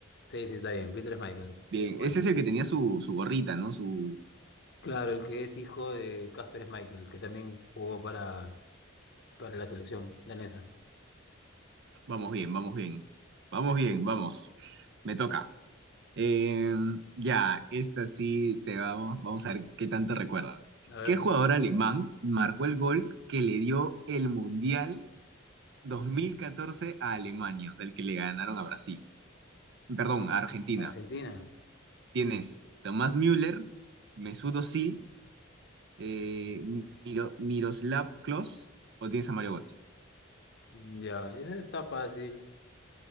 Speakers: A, on the left; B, on the right.
A: Sí, sí, está bien. Peter Schmeichel.
B: bien.
A: Tal cual.
B: Ese es el que tenía su, su gorrita, ¿no? Su...
A: Claro, el que es hijo de Kasper Schmeichel, que también jugó para, para la selección danesa.
B: Vamos bien, vamos bien. Vamos bien, vamos. Me toca. Eh, ya, esta sí te vamos. Vamos a ver qué tanto recuerdas.
A: A ver,
B: ¿Qué jugador alemán marcó el gol que le dio el Mundial 2014 a Alemania? O sea, el que le ganaron a Brasil. Perdón, a Argentina.
A: Argentina.
B: Tienes Tomás Müller, Mesut Özil, eh, Miro- Miroslav Klose o tienes a Mario Götze.
A: Ya, ese está fácil.